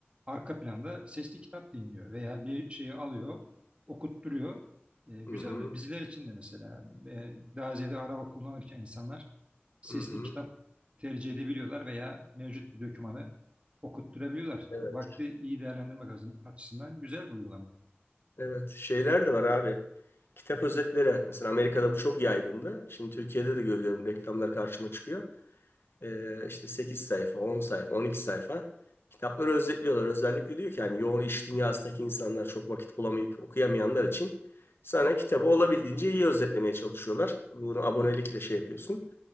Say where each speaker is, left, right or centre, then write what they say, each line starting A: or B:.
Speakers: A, on the right (about 30°); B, on the left (about 65°).
A: arka planda sesli kitap dinliyor veya bir şeyi alıyor okutturuyor. E, güzel
B: Hı hı.
A: öyle bizler için de mesela e, daha ziyade araba kullanırken insanlar sesli
B: Hı hı.
A: kitap tercih edebiliyorlar veya mevcut bir dokümanı okutturabiliyorlar.
B: Evet.
A: Vakti iyi değerlendirmek açısından güzel bir uygulama.
B: Evet. Şeyler de var abi. Kitap özetleri. Mesela Amerika'da bu çok yaygındı. Şimdi Türkiye'de de görüyorum reklamlar karşıma çıkıyor. Ee, işte 8 sayfa, 10 sayfa, 12 sayfa kitapları özetliyorlar. Özellikle diyor ki hani yoğun iş dünyasındaki insanlar çok vakit bulamayıp okuyamayanlar için sana kitabı olabildiğince iyi özetlemeye çalışıyorlar. Bunu abonelikle şey yapıyorsun.